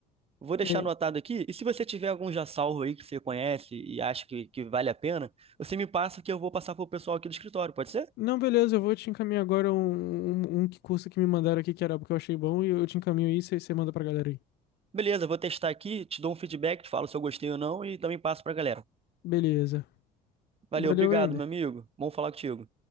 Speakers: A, on the right (about 30°); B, on the left (about 55°).
A: Vou deixar
B: É,
A: anotado aqui. E se você tiver algum já salvo aí que você conhece e acha que, que vale a pena, você me passa que eu vou passar pro pessoal aqui do escritório, pode ser?
B: Não, beleza, eu vou te encaminhar agora um, um, um que curso que me mandaram aqui que era porque eu achei bom e eu te encaminho isso e você manda pra galera aí.
A: Beleza, vou testar aqui, te dou um feedback, te falo se eu gostei ou não e também passo pra galera.
B: Beleza.
A: Valeu,
B: Valeu,
A: obrigado,
B: Ender.
A: meu amigo. Bom falar contigo.